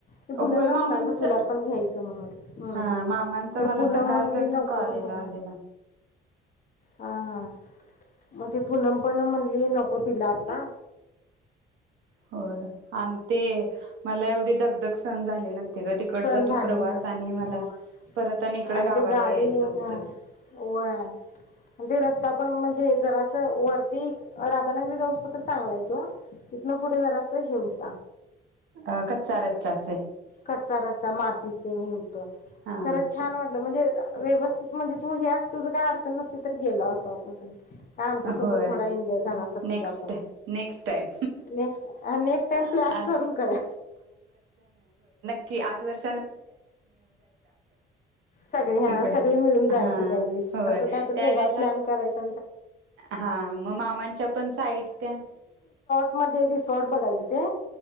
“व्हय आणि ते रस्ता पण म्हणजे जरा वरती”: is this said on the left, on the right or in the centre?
Left